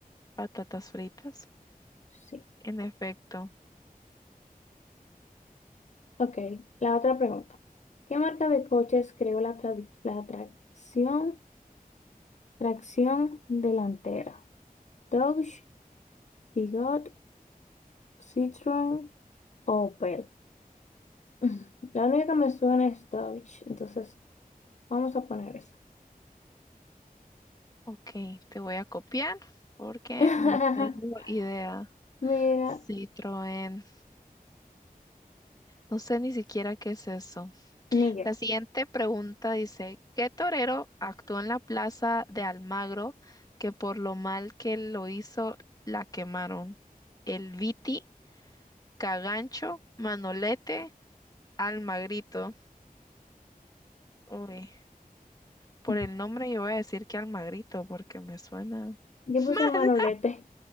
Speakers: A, on the left (about 25°); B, on the left (about 50°).
A: Patatas fritas.
B: Sí.
A: En efecto.
B: Ok, la otra pregunta. ¿Qué marca de coches creó la, tradi- la tracción, tracción delantera? Dodge, Peugeot, Citroën o Opel. <laughs> La única que me suena es Dodge, entonces vamos a poner esa.
A: Ok, te voy a copiar porque
B: <laughs>
A: no tengo idea.
B: Mira,
A: Citroën. No sé ni siquiera qué es eso.
B: ni yo.
A: La siguiente pregunta dice, ¿qué torero actuó en la plaza de Almagro que por lo mal que lo hizo la quemaron? El Viti, Cagancho, Manolete, Almagrito. Uy, por
B: <laughs>
A: el nombre yo voy a decir que Almagrito porque me suena
B: Yo
A: <laughs>
B: puse
A: mal.
B: manolete.